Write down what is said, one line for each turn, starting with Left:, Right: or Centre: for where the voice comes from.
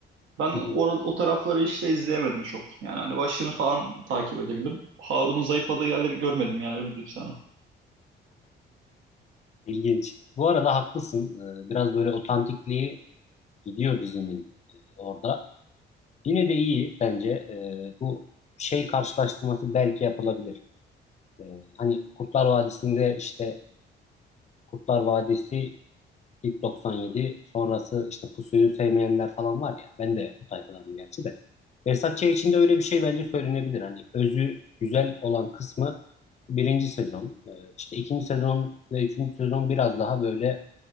Right: Ben
Left: Hı
Right: or
Left: hı,
Right: o tarafları işte izleyemedim çok. Yani hani başını falan takip edebildim. Harun'un zayıfladığı yerleri görmedim yani öyle diyeyim sana.
Left: İlginç. Bu arada haklısın. E, biraz böyle otantikliği gidiyor dizinin e, orada. Yine de iyi bence. Ee, bu şey karşılaştırması belki yapılabilir. Ee, hani Kurtlar Vadisi'nde işte Kurtlar Vadisi ilk 97 sonrası işte Pusuyu sevmeyenler falan var ya. Ben de o tayfadanım gerçi de. Behzat Ç. için de öyle bir şey bence söylenebilir. Hani özü güzel olan kısmı birinci sezon. Ee, işte ikinci sezon ve üçüncü sezon biraz daha böyle